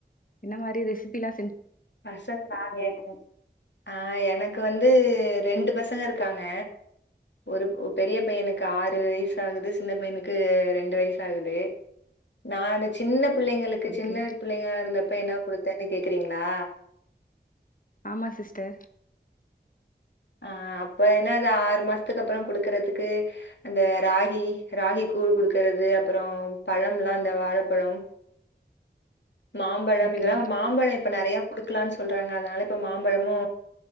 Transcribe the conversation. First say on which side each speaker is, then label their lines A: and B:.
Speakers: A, on the left; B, on the left.
A: என்ன மாதிரி ரெசிபில்லா
B: <unintelligible> ஆ எனக்கு வந்து ரெண்டு பசங்க இருக்காங்க ஒரு பெரிய பையனுக்கு ஆறு வயசு ஆகுது சின்ன பையனுக்கு ரெண்டு வயசுஆகுது நா அந்த சின்ன பிள்ளைங்களுக்கு
A: ஓகே
B: சின்ன பிள்ளைங்காளா இருந்த இப்ப என்ன கொடுத்தேன்னு கேக்குறீங்களா
A: ஆமா சிஸ்டர்
B: ஆ அப்ப என்னா அது ஆறு மாசத்துக்கு அப்புறோ குடுக்கறதுக்கு அந்த ராகி ராகி கூழ் குடுக்றது அப்புறோ பழம்ல்லா அந்த வாழப்பழம் மாம்பழம்
A: ஓகே
B: இதெல்லா மாம்பழம் இப்ப நெறைய குடுக்கலானு சொல்றாங்க அதனால இப்ப மாம்பழமு